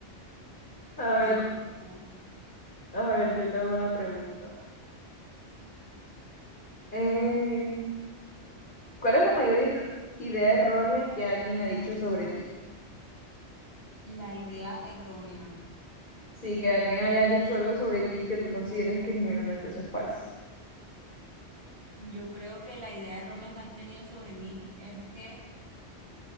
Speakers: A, on the left; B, on the right.
A: A
B: Qué
A: ver,
B: risa.
A: a ver, yo te hago una pregunta. Eh, ¿cuál es la mayor ir- idea errónea que alguien ha dicho sobre ti?
B: La idea errónea.
A: Sí, que alguien haya dicho algo sobre ti que tú consideres que genuinamente eso es falso.
B: Yo creo que la idea errónea que han tenido sobre mí es que